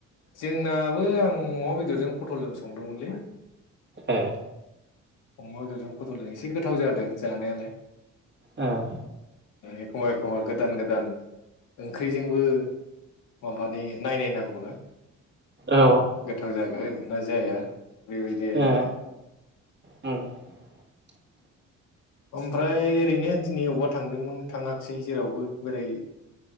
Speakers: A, on the left; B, on the right.
A: जोंना बो आं अमा बेदरजों फटलजों संदोंमोनलै
B: ए
A: अमा बेदरजों फटलजों एसे गोथाव जादों जानायालाय
B: औ
A: एखमबा एखमबा गोदान गोदान ओंख्रिजोंबो माबानि नायनाय नांगौना
B: औ
A: गोथाव जागोन ना जाया बेबायदि आरोखि
B: ए <unintelligible>
A: ओमफ्राय ओरैनो दिनै अबावबा थांदोंमोन थाङाखिसै जेरावबो बोरै